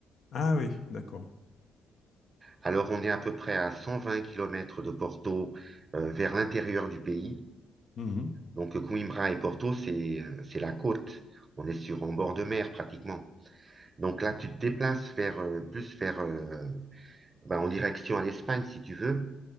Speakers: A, on the left; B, on the right.
A: Ah oui, d'accord.
B: Alors, on est à peu près à 120 km de Porto, euh, vers l'intérieur du pays.
A: Mhm.
B: Donc Coimbra et Porto, c'est euh, c'est la côte. On est sur en bord de mer pratiquement. Donc là, tu te déplaces vers euh, plus vers euh, ben, en direction à l'Espagne si tu veux.